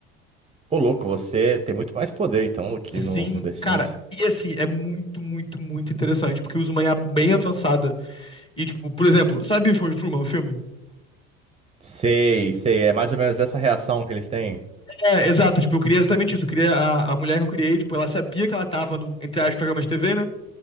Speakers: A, on the right; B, on the left.
A: Ô, louco, você tem muito mais poder, então, do que
B: Sim,
A: no, no The Sims.
B: cara. E assim, é muito, muito, muito interessante, porque usa uma IA bem avançada. E, tipo, por exemplo, sabe o show de Truman, o filme?
A: Sei, sei. É mais ou menos essa reação que eles têm.
B: É, exato, tipo, eu queria exatamente isso. Eu queria a, a mulher que eu criei, tipo, ela sabia que ela tava num, entre aspas, programa de TV, né?